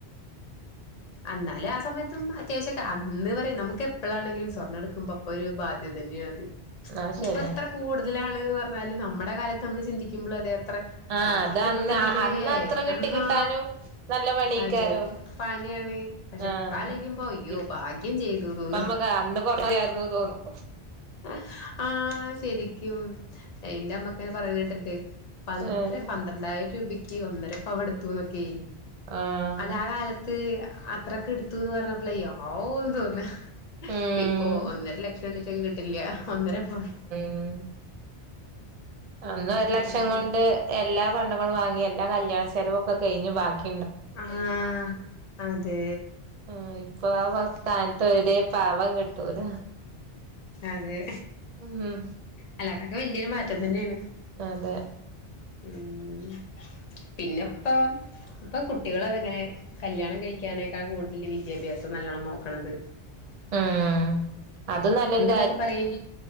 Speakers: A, on the right; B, on the left.
A: <inaudible>
B: അന്നാല് ആ സമയത്തും അത്യാവിശ്യക്കെ അന്ന് പറി നമ്മക്കെപ്പളാണെങ്കിലും സ്വർണ്ണട്ക്കുമ്പോ അപ്പൊര് ബാധ്യതന്നേയാണ്.
A: അത്
B: ഇഞ്ഞിപ്പെത്ര
A: ശരിയാ
B: കൂട്തലാണ്ന്ന് പറഞ്ഞാലും നമ്മടെ കാലത്ത് നമ്മള് ചിന്തിക്കുമ്പളും അതെ ത്ര,
A: ആഹ്
B: അത്ര
A: അത്
B: രൂപക്കെണ്ട്ലേ
A: അന്ന് അന്ന് അത്ര കിട്ടി
B: ആഹ് ഹാ
A: കിട്ടാനും നല്ല പണിയേക്കാരം
B: അതെ പണി ക്കേണ്, പക്ഷെ
A: ആഹ്
B: ഇപ്പാലോയ്ക്കുമ്പോ, അയ്യോ
A: ഇപ്പ
B: ഭാഗ്യം ചെയ്തു തോന്നാ
A: നമ്മക്ക് അന്ന് കൊറയായിരുന്നു തോന്നും
B: അ, ആഹ് ശ ശെരിക്കും എന്റെ അമ്മക്കങ്ങനെ പറയ്ണത്കെട്ടിട്ട്ണ്ട് പന്ത്
A: ഏഹ്
B: എത്രെ പന്ത്രണ്ടായിരം രൂപ ക്ക്, ‌ ഒന്നര പവൻ എട്ത്തുന്നൊക്കെ.
A: ആഹ്
B: അല്ല ആ കാലത്ത് അത്രക്കെട്ത്തൂന്ന് പറഞ്ഞപ്പളെ ഔവ് തോന്നാ,
A: ഉം
B: ഇപ്പൊ ഒന്നരലക്ഷണ്ട് ക്ഷംകിട്ടില്ല, ഒന്നരപവൻ
A: ഹ്മ്മ് അന്ന് ഒര്ലക്ഷം
B: അങ്ങനെ
A: കൊണ്ട് എല്ലാ പണ്ടങ്ങളും വാങ്ങി, എല്ലാ കല്യാണ ചെലവൊക്കെ കഴിഞ്ഞ് ബാക്കി
B: ആഹ്, അതേ
A: ആഹ് ഇപ്പൊ ആ വ സ്ഥാനത്തൊര് പാവം കിട്ടൂല
B: അതെ.
A: ഉം
B: അല്ലതക്കെ വല്ല്യൊര് മാറ്റത്തിന്റെണ്.
A: അതെ
B: ഹ്മ്മ്, പിന്നെപ്പോ ഇപ്പൊ കുട്ടികളൊക്കെങ്ങനെ കല്യാണം കഴിക്കാണേക്കാൾ കൂടുതല് വിദ്യാഭ്യാസം നല്ലോണം നോക്ക്‌ണത്.
A: ആഹ് അതും നല്ലെര്
B: തൊക്കെ പറയും